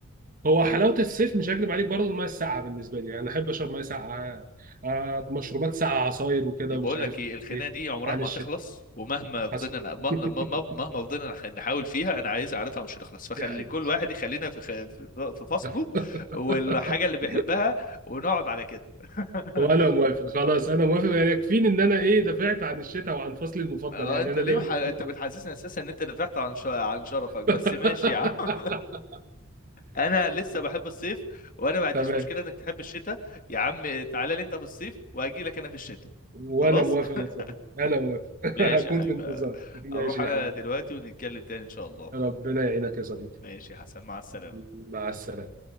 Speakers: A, on the right; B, on the left.
A: هو حلاوة الصيف مش هكدب عليك برضه المية الساقعة بالنسبة لي يعني أنا أحب أشرب مية ساقعة آه، مشروبات ساقعة عصاير وكده
B: بقول
A: ومش عارف
B: لك ايه الخناقه دي عمرها
A: عن
B: ما
A: الشتاء
B: هتخلص ومهما فضلنا
A: حصل
B: مهما
A: <laughs>
B: مهما مهما فضلنا نح- نحاول فيها انا عايز اعرفها مش هتخلص فخلي
A: دي حقيقة
B: كل واحد يخلينا في خ- في في فصله
A: <laughs>
B: والحاجه اللي بيحبها ونقعد على كده <laughs>
A: وانا موافق خلاص انا موافق يعني يكفيني ان انا ايه دافعت عن الشتاء وعن فصلي المفضل
B: اه
A: يعني
B: انت
A: انا
B: ليه
A: ده بالنسبه
B: مح... انت
A: لي
B: بتحسسني اساسا ان انت دفعت عن ش... عن شرفك بس
A: <laughs>
B: ماشي يا عم <laughs> انا لسه بحب الصيف وانا ما عنديش
A: تمام
B: مشكله انك تحب الشتاء يا عم تعالى لي انت في الصيف واجي لك انا في الشتاء
A: وانا
B: خلاص
A: موافق
B: <laughs>
A: يا صديقي انا موافق <laughs>
B: ماشي
A: هكون
B: يا حبيبي
A: في انتظار ماشي
B: اروح انا
A: يا حبيبي
B: دلوقتي ونتكلم تاني ان شاء الله
A: ربنا يعينك يا صديقي
B: ماشي يا حسن مع السلامة
A: مع السلامه